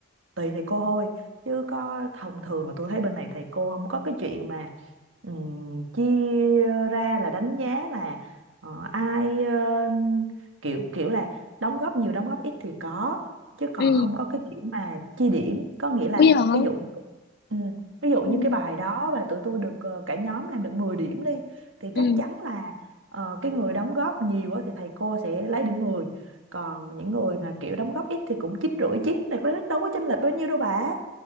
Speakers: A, on the right (about 75°); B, on the left (about 50°).
A: tùy thầy cô thôi chứ có thông thường mà tôi thấy bên này thầy cô không có cái chuyện mà ừm, chia ra là đánh giá là ờ, ai ờ, kiểu kiểu là đóng góp nhiều đóng góp ít thì có chứ còn
B: ừ
A: không có cái kiểu mà chia điểm có nghĩa là
B: bây giờ
A: ví dụ như cái- ví dụ như
B: ừ
A: cái bài đó mà tụi tôi được ờ, cả nhóm làm được 10 điểm đi thì chắc
B: ừ
A: chắn là ờ, cái người đóng góp nhiều á thì thầy cô sẽ lấy điểm 10 còn những người mà kiểu đóng góp ít thì cũng chín rưỡi chín thì có- đâu có chênh lệch bao nhiêu đâu bà